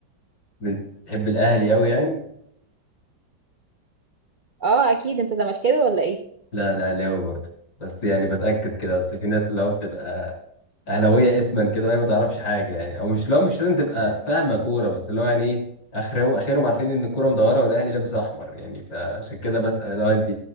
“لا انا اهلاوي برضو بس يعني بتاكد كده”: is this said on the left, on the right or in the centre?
Left